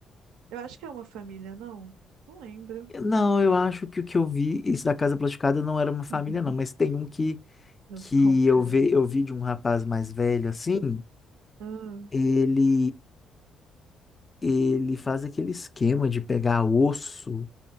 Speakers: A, on the right; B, on the left.
A: Eu acho que é uma família, não? Não lembro.
B: Não, eu acho que o que eu vi, esse da Casa Plastificada não era uma família,
A: <laughs>
B: não, mas tem um que
A: Nossa,
B: que
A: o cara.
B: eu vi, eu vi de um rapaz mais velho assim,
A: Hum.
B: ele ele faz aquele esquema de pegar osso,